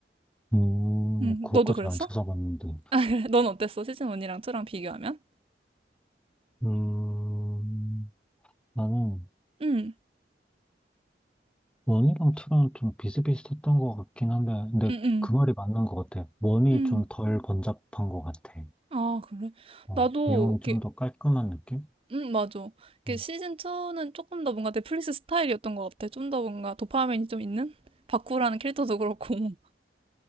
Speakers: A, in the centre; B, on the right.
A: 음,
B: 음,
A: 그것까지는
B: 너도 그랬어?
A: 안 찾아봤는데.
B: <laughs> 아, 그래. 넌 어땠어? 시즌 1이랑 2랑 비교하면?
A: 음, 나는
B: 음,
A: 원이랑 투랑 좀 비슷비슷했던 것 같긴 한데, 근데
B: 음,
A: 그
B: 음,
A: 말이 맞는 것 같아. 원이
B: 음.
A: 좀 덜 번잡한 것 같아.
B: 아, 그래?
A: 어,
B: 나도
A: 내용이 좀
B: 이렇게
A: 더 깔끔한 느낌?
B: 음, 맞아. 그
A: 음,
B: 시즌 2는 조금 더 뭔가 넷플릭스 스타일이었던 것 같아. 좀 더 뭔가 도파민이 좀 있는? 바쿠라는 캐릭터도 그렇고, <laughs>